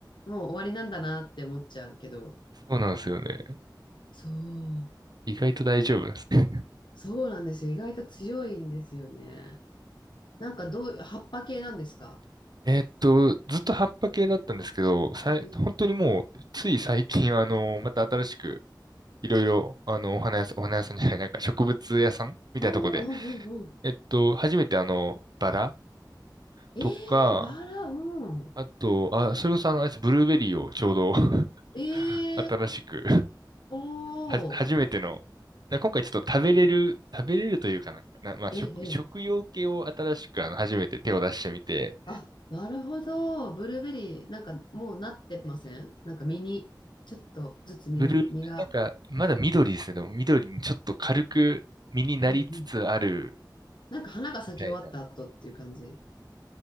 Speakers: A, on the left; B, on the right.
A: う、もう終わりなんだなって思っちゃうけど。
B: そうなんですよね。
A: そう。
B: 意外と大丈夫なんですね。
A: そうなんですよ。意外と強いんですよね。なんかどう、葉っぱ系なんですか
B: <laughs> えーっと、ずっと葉っぱ系だったんですけど、さい、
A: ええ。
B: 本当にもう、つい最近、あの、また新しく、いろいろ、あの、お花屋さん、お花屋さんじゃない、なんか植物屋さんみたいなとこで。
A: ああ、うんうんうん。
B: えっと、初めてあの、バラ
A: え
B: とか、
A: えバラ、うん。
B: あと、あ、それこそあの、あれですブルーベリーをちょうど <laughs>
A: ええ
B: 新しく
A: おお
B: は、初めての、な今回ちょっと食べれる、食べれるというかなんか、な、まあ、食、
A: ええええ
B: 食用系を新しくあの、初めて手を出してみて、
A: あ、なるほど。ブルーベリー、なんかもうなってませんなんか実に、ちょっとずつ実に、
B: ブルー、
A: 実が。
B: なんか、まだ緑ですね。でも緑にちょっと軽く実になりつつある
A: うんうんなんか花が咲き終わった後っていう感じ。
B: みたいな。